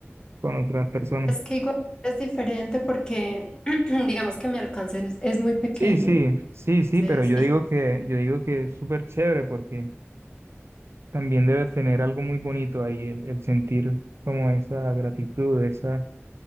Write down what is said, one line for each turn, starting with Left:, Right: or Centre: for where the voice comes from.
Right: con otras personas.
Left: Es que igual es diferente porque <clears throat> digamos que mi alcance es es muy pequeño.
Right: Sí, sí, sí, sí,
Left: Sí,
Right: pero
Left: sí.
Right: yo digo que, yo digo que es súper chévere porque También debe tener algo muy bonito ahí, el, el sentir como esa gratitud, esa,